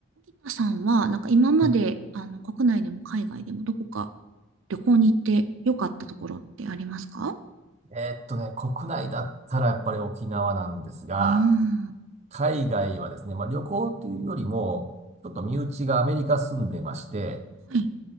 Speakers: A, on the right; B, on the right.
A: 沖田さんは、なんか今まで、
B: はい。
A: あの、国内でも海外でもどこか旅行に行って良かったところってありますか
B: えーっとね、国内だったらやっぱり沖縄なんですが、
A: うーん。は
B: 海外はですね、まあ、旅行というよりも、ちょっと身内がアメリカ住んでまして、
A: い。